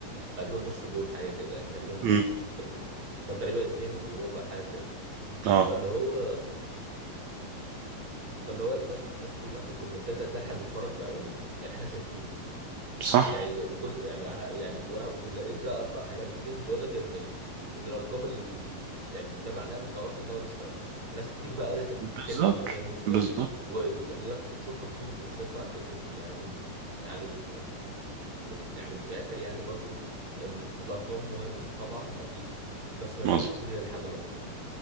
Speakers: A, on the right (about 35°); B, on the right (about 60°).
A: تقريبا نص جون حاجه كده يعني تقريبا
B: امم
A: كان كان تقريبا اتنين وربع حاجه كده
B: اه
A: فاللي هو فاللي هو الناس الناس كلها في الكومنتات هتلاقي احنا بنتفرج بعيوننا يعني احنا شايفين
B: صح
A: يعني الكل يعني يعني وانا لقيت بقى أرقام حاجات كتير بتقول لك ان ال... ان الارقام ال... يعني ده معناه ان الرقم ده ملوش لازمه ناس كتير بقى قالت ال-
B: بالظبط
A: الكلمه دي فاهم ازاي
B: بالظبط
A: واللي انا كنت بشوفها كتير بالذات مع الاكس جي يعني في يعني م- يعني في الاخر يعني برضو إن الارقام مهمه طبعا اكيد بس ما ينفعش
B: مظبوط
A: تكون هي الحاجه الوحيده